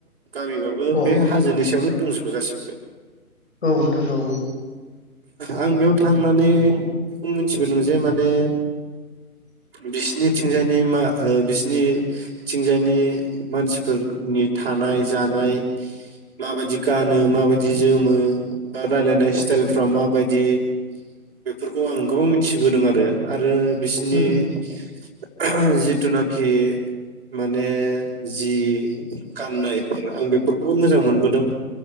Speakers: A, on the right; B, on the left.
A: गामिबाबो
B: अ
A: बे हाजोनि सायावनो दंजोबो गासिबो
B: औ नोथां औ औ
A: आं बेयाव थांनानै बेखौ मिथिबोदों जे माने बिसिनिथिंजायनि मा ओ बिसिनिथिंजायनि मानसिफोरनि थानाय जानाय माबायदि गानो माबायदि जोमो बा रायलायनाय स्टाइल फ्रा माबायदि बेफोरखौ आं गोबां मिथिबोदों आरो आरो बिसिनि
B: उम
A: ओहम जिथुनाखि माने जि गाननाय आं बेफोरखौबो मोजां मोनबोदों